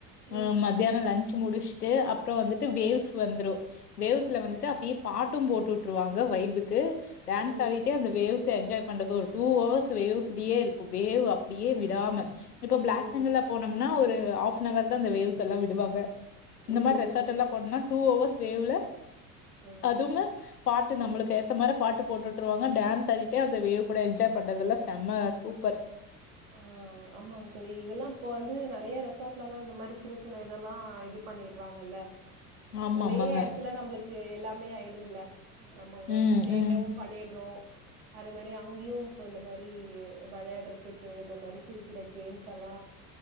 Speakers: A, on the right (about 65°); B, on the left (about 75°).
A: ம்
B: அ மத்தியான லன்ஞ்ச முடிச்ட்டு அப்புறோ வந்துட்டு வேவ்ஸ் வந்துரு வேவ்ஸ்ல வந்துட்டு
A: ம்
B: அப்டியே பாட்டும் போட்டு உட்டுருவாங்க வைபுக்கு டான்ஸ்
A: ம்,
B: ஆடி ட்டே அந்த வேவ்ஸ என்ஜாய் பண்றது ஒரு டூ அவர்ஸு வேவ்ஸ்லயே இருக்கு வேவ் அப்டியே விடாம இப்ப பிளாக்
A: ம்,
B: தண்டர்ல்ல போனோம்னா ஒரு ஹாஃபன் அவர் தா அந்த வேவ்ஸ் எல்லா விடுவாங்க
A: ம்,
B: இந்த
A: ம்,
B: மாரி ரெசார்ட் எல்லா
A: ம்.
B: போனனா டூ ஹவர்ஸ் வேவ்ல
A: ம்.
B: அதுமே பாட்டு நம்மளுக்கு ஏத்த மாரி பாட்டு போட்டுட்டுருவாங்க டான்ஸ் ஆடிட்டே அந்த வேவ் கூட என்ஜாய் பண்றதுல்லா செம்ம சூப்பர்
A: ஆ ஆமாங்க தோழி இதெல்லா இப்ப வந்து நெறய ரெசார்ட்லல்லா இந்த மாரி சின்ன சின்ன இதெல்லா இது ப ண்ணிறாங்கல்ல
B: ஆமா,
A: ஒரே
B: ஆமாங்க.
A: எடத்துல நம்பளுக்கு எல்லாமே ஆயிடுதுல நம்ம அங்க
B: ம்,
A: ஸ்டே
B: ம்.
A: வும் பண்ணிடுறோ அது மாரி அங்கயு இப்ப இந்த மாரி வெளயாடுறதுக்கு கு இந்த மாரி சின்ன சின்ன கேம்ஸ் எல்லா